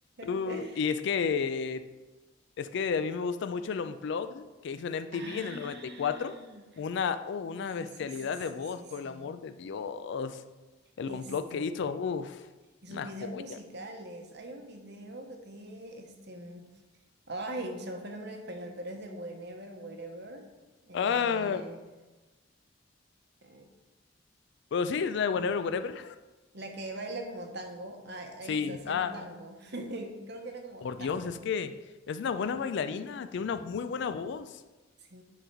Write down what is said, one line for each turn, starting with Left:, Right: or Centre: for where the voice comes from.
Left: Uh,
Right: <laughs>
Left: y es que, es que a mí me gusta mucho el Unplugged que hizo en MTV
Right: Ah,
Left: en el 94. Una, uh, una
Right: sí,
Left: bestialidad
Right: sí, sí, sí, sí,
Left: de voz,
Right: sí. sí.
Left: por el amor de Dios. El
Right: Este,
Left: Unplugged que hizo, uff,
Right: y sus
Left: una
Right: videos
Left: joya.
Right: musicales. Hay un video de este, ay, se me fue el nombre en español, pero es de Whenever, Wherever. eh,
Left: Ah,
Right: eh,
Left: pero sí, es la de Whatever, Whatever.
Right: la que baila como tango. Ah, ahí
Left: Sí,
Right: está, se
Left: ah,
Right: llama tango. <laughs> Creo que era como
Left: por
Right: tango.
Left: Dios, es que es una buena bailarina, tiene una muy buena voz.
Right: Sí,